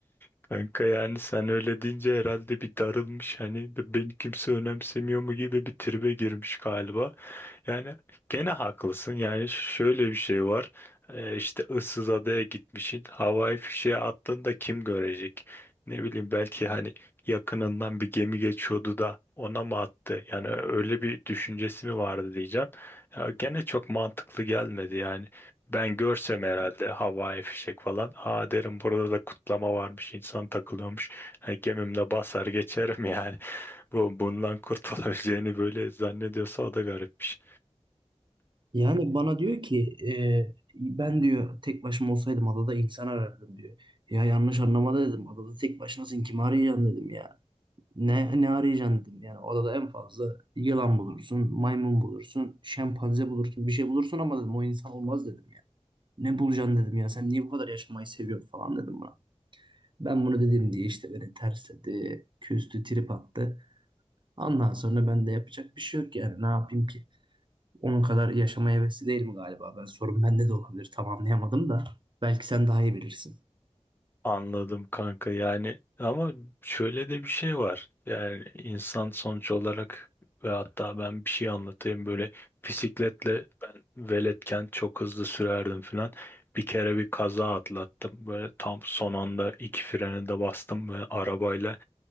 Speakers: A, on the left; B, on the right.
A: Kanka yani sen öyle deyince herhalde bir darılmış hani beni kimse önemsemiyor mu gibi bir tribe girmiş galiba. Yani gene haklısın. Yani şöyle bir şey var. Ee, işte ıssız adaya gitmişsin. Havai fişeğe attığında kim görecek? Ne bileyim belki hani yakınından bir gemi geçiyordu da ona mı attı? Yani öyle bir düşüncesi mi vardı diyeceğim. Ya gene çok mantıklı gelmedi yani. Ben görsem herhalde havai fişek falan. Aa derim burada da kutlama varmış. insan takılıyormuş. Yani gemimle basar geçerim yani. <laughs> Bu bundan kurtulabileceğini böyle zannediyorsa o da garipmiş.
B: Yani bana diyor ki e, ben diyor tek başıma olsaydım adada insan arardım diyor. Ya yanlış anlama da dedim. Adada tek başınasın kim arayacaksın dedim ya. Ne, ne arayacaksın dedim. Yani odada en fazla yılan bulursun, maymun bulursun, şempanze bulursun, bir şey bulursun ama dedim o insan olmaz dedim ya. Ne bulacaksın dedim ya sen niye bu kadar yaşamayı seviyorsun falan dedim buna. Ben bunu dedim diye işte beni tersledi, küstü, trip attı. Ondan sonra ben de yapacak bir şey yok yani ne yapayım ki? Onun kadar yaşamaya hevesli değil mi galiba? Ben sorun bende de olabilir tam anlayamadım da. Belki sen daha iyi bilirsin.
A: Anladım kanka yani ama şöyle de bir şey var. Yani insan sonuç olarak ve hatta ben bir şey anlatayım böyle bisikletle ben veletken çok hızlı sürerdim filan. Bir kere bir kaza atlattım. Böyle tam son anda iki freni de bastım ve arabayla